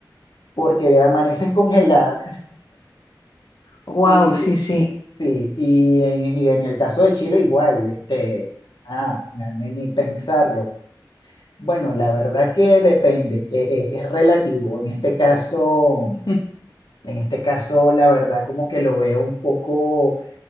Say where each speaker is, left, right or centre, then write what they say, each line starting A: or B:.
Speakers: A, on the left; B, on the left.
A: porque amaneces congelada.
B: Wow,
A: Y,
B: sí, sí.
A: sí, y en, y en el caso de Chile igual, este, ah, na- ni, ni pensarlo. Bueno, la verdad que depende, eh, eh, es relativo. En este caso,
B: Mm.
A: en este caso, la verdad como que lo veo un poco